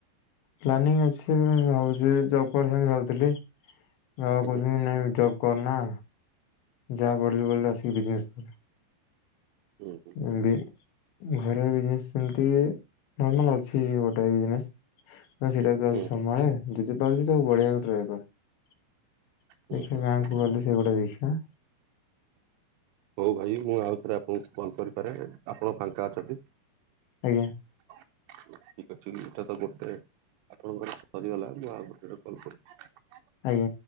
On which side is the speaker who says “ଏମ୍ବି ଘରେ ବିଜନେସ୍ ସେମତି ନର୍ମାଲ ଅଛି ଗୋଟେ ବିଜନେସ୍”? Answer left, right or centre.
Left